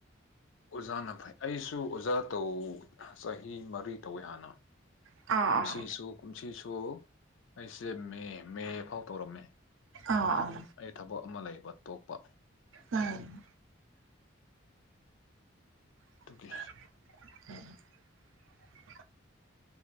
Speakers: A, on the left; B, on the right.
A: ꯑꯣꯖꯥꯅ ꯐꯩ ꯑꯩꯁꯨ ꯑꯣꯖꯥ ꯇꯧ ꯆꯍꯤ ꯃꯔꯤ ꯇꯧꯋꯦ ꯍꯥꯟꯅ
B: ꯑꯥ
A: ꯀꯨꯝꯁꯤꯁꯨ
B: ꯑꯥ
A: ꯀꯨꯝꯁꯤꯁꯨ ꯑꯩꯁꯦ ꯃꯦ ꯃꯦ ꯐꯥꯎ ꯇꯧꯔꯝꯃꯦ
B: ꯑꯥ ꯑꯥ
A: ꯑꯩ ꯊꯕꯛ ꯑꯃ ꯂꯩꯕ ꯇꯣꯛꯄ
B: ꯎꯝ <unintelligible>
A: ꯑꯗꯨꯒꯤ